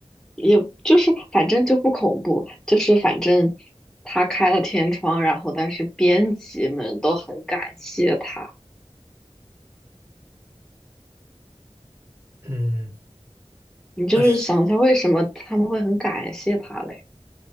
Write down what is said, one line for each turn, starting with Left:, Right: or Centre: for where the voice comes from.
Centre: 也就是反正就不恐怖，就是反正他开了天窗，然后但是编辑们都很感谢他。
Right: 嗯，
Centre: 你就是想一下，
Right: 那是
Centre: 为什么他们会很感谢他嘞？